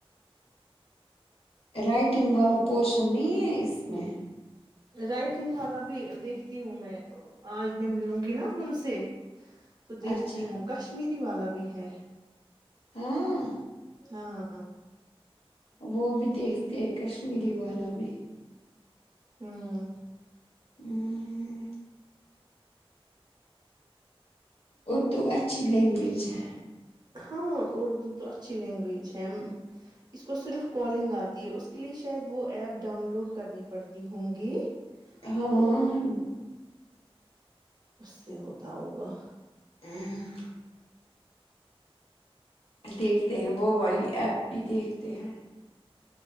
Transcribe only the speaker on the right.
رائٹنگ والا بھی دیکھتی ہوں میں آج میں میلوں گی نا ان سے تو دیکھتی
ہوں کشمیری والا بھی ہے
ہاں
ہومم
ہاں اردو تو اچھی لینگویج ہے اس کو صرف کالنگ آتی ہے اس کے لیے شاید وہ ایپ ڈاؤن لوڈ کرنی پڑتی ہوں گی
تو اس سے ہوتا ہوگا